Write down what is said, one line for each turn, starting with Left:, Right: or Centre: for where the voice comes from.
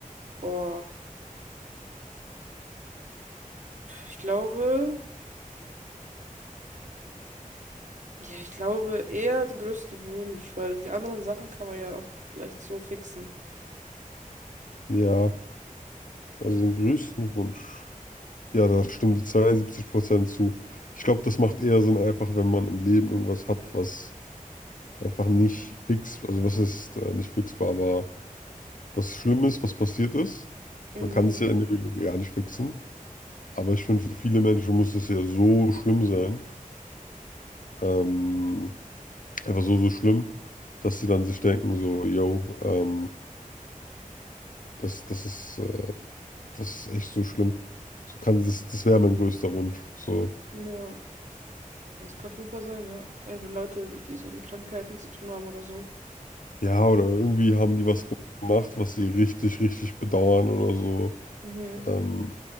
Right: Boah. Ich glaube, ja, ich glaube eher den größten Wunsch, weil die anderen Sachen kann man ja auch vielleicht so fixen.
Left: Ja, also den größten Wunsch. Ja, da stimmen die 72% zu. Ich glaube, das macht eher Sinn, einfach wenn man im Leben irgendwas hat, was einfach nicht fix, also was ist äh, nicht fixbar, aber was Schlimmes, was passiert ist.
Right: Mhm.
Left: Man kann es ja in der Regel gar nicht fixen. Aber ich finde, für viele Menschen muss es ja so schlimm sein. Ähm, einfach so, so schlimm, dass sie dann sich denken, so, yo, ähm, das, das ist, äh, das ist echt so schlimm. So kann das, das wäre mein größter Wunsch. So,
Right: Ja. Es kann auf jeden Fall sein, ja. Vielleicht wenn Leute, die so mit Krankheiten zu tun haben oder so.
Left: ja, oder irgendwie haben die was gemacht, was sie richtig, richtig bedauern oder so.
Right: Mhm.
Left: Ähm,